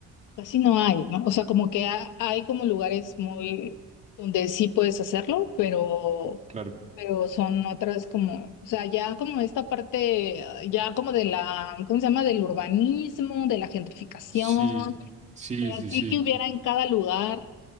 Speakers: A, on the left; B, on the right.
A: Casi no hay, ¿no? O sea, como que ha- hay como lugares muy donde sí puedes hacerlo, pero,
B: claro.
A: pero son otras como, o sea, ya como esta parte, ah, ya como de la, ¿cómo se llama? Del urbanismo, de la gentrificación,
B: Sí, sí,
A: pero
B: sí,
A: así
B: sí.
A: que hubiera en cada lugar,